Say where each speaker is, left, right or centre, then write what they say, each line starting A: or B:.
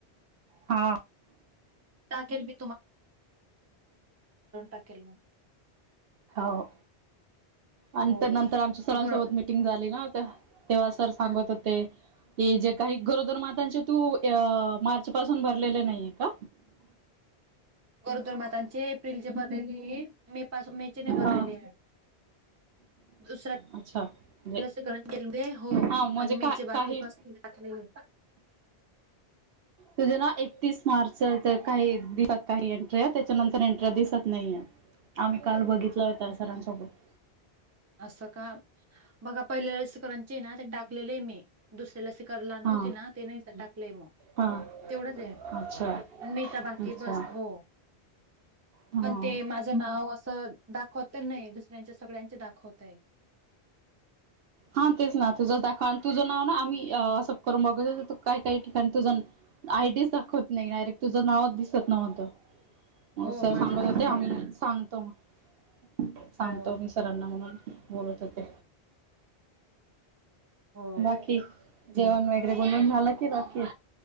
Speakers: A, on the right; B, on the right.
A: हा.
B: टाकेल मी पाकरींग
A: हाव आणिं
B: हो
A: तर नंतर आमच्या सरांसोबत
B: ते ग
A: मिीटिंग झाली ना. तेव्हा सर सांगत होते कि जे काही गरोदर मातांचे तू अ मार्च पासून भरलेले नाहीये का?
B: गरोदर मातांचे एप्रिल चे भरलेलेय मे पासून मेचे नाही भरलेले
A: हा.
B: म्या दुसरा
A: अच्छा म्हणजे
B: लसीकरण केलेते हो
A: हा म्हणजे
B: आणि मे
A: का
B: चे
A: काही
B: बाकी बसने टाकलेले
A: तुझे ना एकतीस मार्च काही दिवस काही एन्ट्री त्याच्यानंतर एन्ट्री दिसत नाहीय आम्ही काल बघितला होता सरांसोबत
B: असं का बघा पहिल्या वेळेस सरांचे ना ते टाकलेलेय मी दुस लसीकर नव्हती
A: हा
B: ना ते नाही टाकलंय मग
A: हा
B: तेवढच आणि
A: अच्छा
B: मे च बाकी
A: अच्छा
B: बस हो
A: हा.
B: पण ते माझ नाव अस दाखवत तर नाहीय त्यांच्या सगळ्याच्या दाख होतेय
A: हा तेच ना तुझं दाखव आणि तुझं नाव ना आम्ही अस करून बघो काही काही ठिकाणी तुझ आयडीच दाखवत नाही डायरेक्ट तुझं नावच दिसत नव्हतं मग
B: हो
A: सांगत
B: माझं दिसतय
A: होते आम्ही सांगतो मग सांगतो
B: हो
A: मी सरांना म्हणून बोलत होते
B: हो
A: बाकी जेवण वगैरे बोल झालं की बाकीय